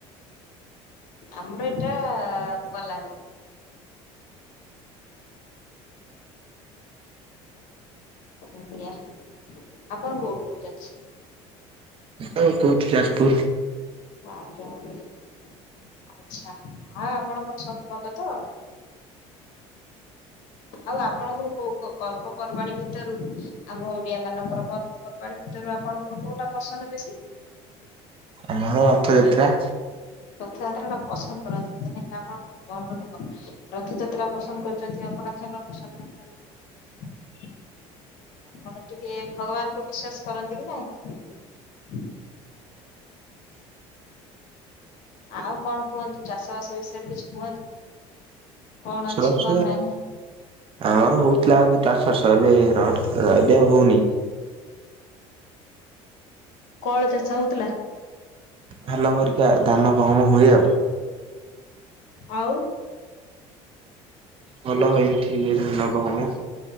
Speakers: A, on the left; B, on the right.
A: ଆମର ଏଟା ବଲାଙ୍ଗୀର। ଆଜ୍ଞା ଆପଣ କୋଉଠୁ କହୁଛନ୍ତି?
B: ମୁଁ କୋଉ ଠି ଯାଜପୁର।
A: ଆଜ୍ଞା ଆଜ୍ଞା ଆଛା ଆଉ ଆପଣଙ୍କର ସବୁ ଭଲ ତ? ଆଉ ଆପଣଙ୍କର କୋଉ ପର୍ବପର୍ବାଣୀ ଭିତରୁ ଆମ ଓଡିଆ ମାନଙ୍କର ପର୍ବପର୍ବାଣୀ ଭିତରୁ ଆପଣଙ୍କର କୋଉଟା ପସନ୍ଦ ବେଶୀ?
B: ଆମର ରଥଯାତ୍ରା।
A: ରଥଯାତ୍ରା ଟା ପସନ୍ଦ କରନ୍ତି ବୋଧେ ନାଇଁ ଆପଣ ବହୁତ ଭଲ ଲୋକ ରଥଯାତ୍ରା ପସନ୍ଦ କରୁଛନ୍ତି ଅବଢ଼ା ଖାଇବା ପସନ୍ଦ କରୁଛନ୍ତି ଆପଣ ଟିକେ ଭଗବାନଙ୍କୁ ବିଶ୍ଵାସ କରନ୍ତି କି ନାଇଁ। ଆଉ କଣ କୁହନ୍ତୁ ଚାଷବାସ ବିଷୟରେ କିଛି କୁହନ୍ତୁ। କଣ
B: ସରସ
A: ଅଛି କଣ ନାହିଁ
B: ଆମର ହଉଥିଲା ଆଗରୁ ଚାଷ ଫାସ ଏବେ ର ଆଉ ହଉନି।
A: କଳ ଚାଷ ହଉଥିଲା?
B: ଧାନ ହରିକା ଧାନ ଗହମ ହୁଏ ଆଉ।
A: ଆଉ
B: ଭଲ ଏମିଠି ଏ ଧାନ ଗହମ